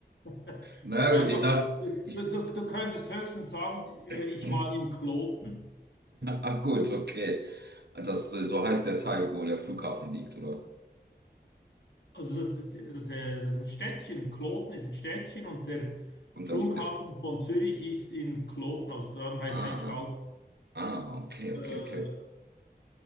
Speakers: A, on the left; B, on the right.
A: <laughs>
B: Na
A: Und einfach,
B: gut, ich dachte,
A: du,
B: ich.
A: du, du könntest höchstens sagen, äh,
B: <laughs>
A: ich war in Kloten.
B: Ah, gut, okay. Das, äh, so heißt der Teil, wo der Flughafen liegt, oder?
A: Also das, das, äh, das ist ein Städtchen. Kloten ist ein Städtchen und der
B: Und
A: Flughafen
B: da liegt der.
A: von Zürich ist in Kloten. Also darum heißt
B: Ah,
A: eigentlich auch
B: ah, okay, okay,
A: äh,
B: okay.